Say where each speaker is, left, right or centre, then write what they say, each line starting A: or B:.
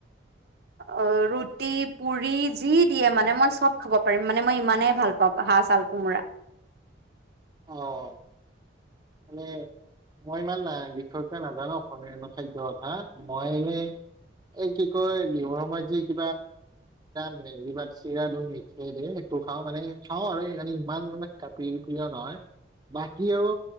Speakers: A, on the right; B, on the right.
A: অ', ৰুটি, পুৰি যি দিয়ে মানে মই চব খাব পাৰিম মানে মই ইমানেই ভাল পাওঁ, হাঁহ চাল কোমোৰা।
B: অ'। মানে মই ইমান বিশষকৈ নাজানো অসমীয়া কথা এটা কথা মই এনেই এই কি কয় বিহুৰ সময়ত যি মানে মই ইমান বিশেষ কৈ নাজানো অসমীয়াৰ খাদ্য কথা মই এনে এ কি কয় বিহৰ সময়ত যে কিবা চিৰা মেৰিিব চিৰাদৈ মিঠাই দিয়ে সেইটো খাওঁ মানে খাওঁ আৰু এই খিনি ইমান মানে প্ৰিয় নহয় বাকী আৰু